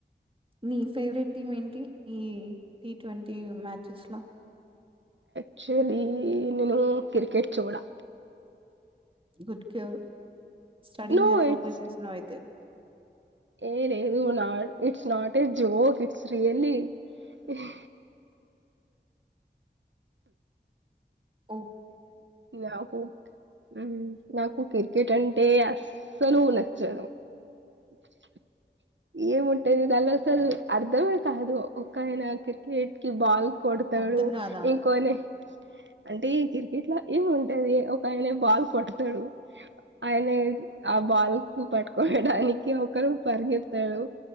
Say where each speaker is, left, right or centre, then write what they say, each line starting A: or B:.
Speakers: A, on the right (about 30°); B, on the right (about 80°).
A: మీ ఫేవరెట్ టీమ్ ఏంటి ఈ టీ ట్వంటీ మ్యాచెస్ లో
B: క్చులీ నేను క్రికెట్ చోడా
A: గుడ్ కేయర్ స్టడీ
B: నో
A: మీద ఫోకస్
B: ఇట్స్
A: చేసినావ్ అయితే అ
B: ఏ లేదు నా it's not a joke it's really ఇహ్
A: ఆ
B: నాకు ఉహుమ్ నాకు క్రికెట్ అంటే అస్సలు నచ్చదు <unintelligible> ఏముంటేది దానిలో అసలు అర్ధమే కాదు ఒకయనా క్రికెట్ కి బాల్ కొడతాడు
A: అర్థం కాదా
B: ఇంకోనే అంటే ఈ క్రికెట్ లో ఏంటది ఒక ఆయనే బాల్ కొడతాడు ఆయనే ఆ బాల్ కు పట్టుకోవడానికి ఒకరు పరిగెత్ తాడు